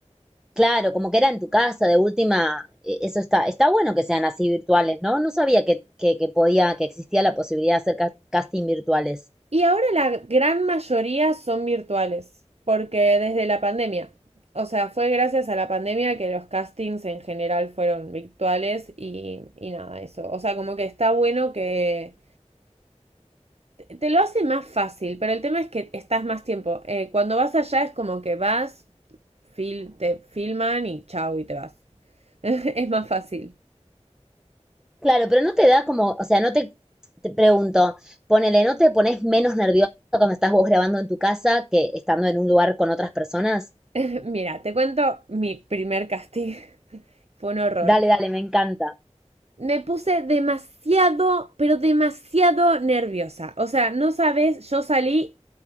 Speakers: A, in the centre; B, on the right (about 60°).
A: claro, como que era en tu casa, de última, e- eso está, está bueno que sean así virtuales, ¿no? No sabía que, que, que podía, que existía la posibilidad de hacer ca- casting virtuales.
B: Y ahora la gran mayoría son virtuales, porque desde la pandemia. O sea, fue gracias a la pandemia que los castings en general fueron virtuales y, y nada, eso. O sea, como que está bueno que Te lo hace más fácil, pero el tema es que estás más tiempo. Eh, cuando vas allá es como que vas, fil te filman y chau y te vas. <laughs> es más fácil.
A: Claro, pero no te da como, o sea, no te, te pregunto, ponele, ¿no te pones menos nervioso cuando estás vos grabando en tu casa que estando en un lugar con otras personas?
B: <laughs> Mira, te cuento mi primer casting. <laughs> Fue un horror.
A: Dale, dale, me encanta.
B: Me puse demasiado, pero demasiado nerviosa. O sea, no sabes, yo salí.